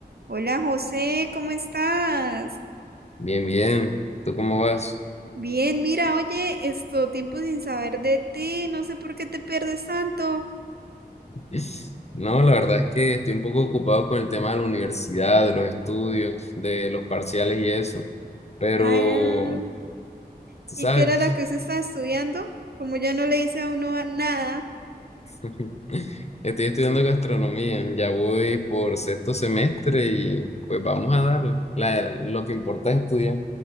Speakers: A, on the right; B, on the left.
A: Hola José, ¿cómo estás?
B: Bien, bien. ¿Tú cómo vas?
A: Bien, mira, oye, esto tiempo sin saber de ti, no sé por qué te pierdes tanto.
B: <laughs> No, la verdad es que estoy un poco ocupado con el tema de la universidad, de los estudios, de los parciales y eso. Pero,
A: Ah,
B: tú
A: ¿y
B: sabes,
A: qué era la que usted estaba estudiando? Como ya no le dice a uno a- nada,
B: <laughs> estoy estudiando gastronomía, ya voy por sexto semestre y pues vamos a darle. La- lo que importa es estudiar.